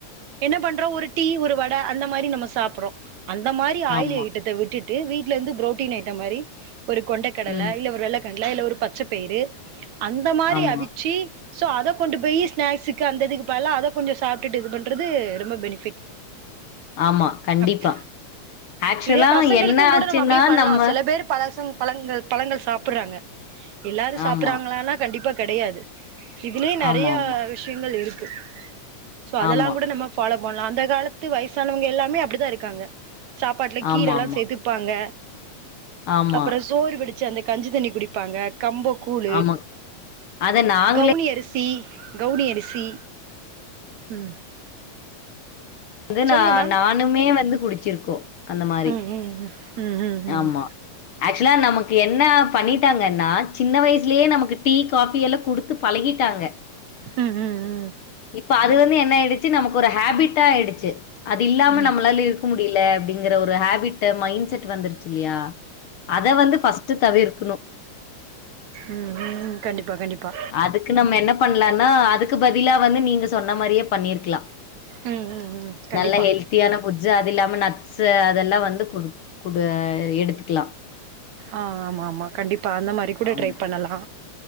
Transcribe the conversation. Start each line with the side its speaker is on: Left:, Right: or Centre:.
Right: என்ன பண்றோ ஒரு டீ ஒரு வட அந்த மாரி நம்ம சாப்றோ அந்த மாரி ஆயில்
Left: ஆமா.
Right: ஐட்டத்த விட்டுட் டு வீட்லேருந்து புரோட்டீன் ஐட்ட மாரி ஒரு கொண்டக்கடலை
Left: ம்.
Right: இல்ல ஒரு வெள்ள கல்ல ஒரு பச்சப்பயிரு அந்த மாரி
Left: ஆமா,
Right: அவிச்சு ஸோ அத கொண்டு போயி ஸ்நாக்ஸுக்கு அந்த இதுக்கு பதிலா அத கொஞ்ச சாப்ட்டுட்டு இது பண்றது ரொம்ப‌ பெனிஃபிட்
Left: ஆமா கண்டிப்பா
Right: அப்
Left: ஆக்சுவலா
Right: இதே பசங்களுக்கு
Left: என்ன
Right: கூட
Left: ஆச்சுன்னா
Right: நம்ம அப்டியே பண்லா
Left: நம்ம
Right: செல பேர் பசங் பழங்கள் பழங்கள் சாப்புறாங்க எல்லாரு சாப்புறாங்களான்னா
Left: ஆமா,
Right: கண்டிப்பா கெடையாது இதுலயே நெறைய
Left: ஆமாமா.
Right: விஷயங்கள் இருக்கு சோ அதெல்லா
Left: ஆமா,
Right: கூட நம்ம ஃபாலோ பண்லா அந்தக் காலத்து வயசானவங்க எல்லாமே அப்டி தா இருக்காங்க சாப்பாட்ல கீர
Left: ஆமாமா.
Right: எல்லா சேத்து ப்பாங்க
Left: ஆமா,
Right: அப்பற
Left: ஆமா. ஆமா,
Right: சோறு வடிச்சு அந்த கஞ்சி தண்ணி குடிப்பாங்க கம்போ கூழு
Left: ஆமா. அத நாங்களே
Right: கவுனி அரிசி கவுனி அரிசி ம்
Left: வந்து
Right: சொல்லுங்க
Left: நா
Right: மேம்
Left: நானுமே வந்து குடிச்சிருக்கோ அந்த மாரி
Right: ம் ம் ம் ம் ம் ம் ம் ம்
Left: ஆமா ஆக்சுவலா நமக்கு என்ன பண்ணிட்டாங்கன்னா சின்ன வயசுலேயே நமக்கு டீ காஃபி எல்லா குடுத்து பழகிட்டாங்க
Right: ம் ஹு ம்
Left: இப்ப அது வந்து என்ன ஆயிடுச்சு நமக்கு ஒரு ஹேபிட்டா ஆயிடுச்சு அது இல்லாம
Right: ம்
Left: நம்மளால
Right: ம்
Left: இருக் க முடியல அப்டிங்கற ஒரு ஹேபிட்டு மைண்ட் செட் வந்துருச்சு இல்லையா அத வந்து ஃபஸ்ட்டு தவிர்க்கணு
Right: ம் ம் கண்டிப்பா கண்டிப்பா
Left: அதுக்கு நம்ம என்ன பண்லான்னா அதுக்கு பதிலா வந்து நீங்க சொன்ன மாறியே பண்ணிருக்லா
Right: ம் ம் ம் கண்டிப்பா
Left: நல்லா ஹெல் த்தியான ஃபுட்ஸு அது இல்லாம நட்ஸு அதெல்லா வந்து குடுத் குடு எடுத்துக்குலா
Right: ஆ ஆமா ஆமா கண்டிப்பா அந்த மாறி கூட
Left: ஆமா.
Right: ட்ரை பண்ணலா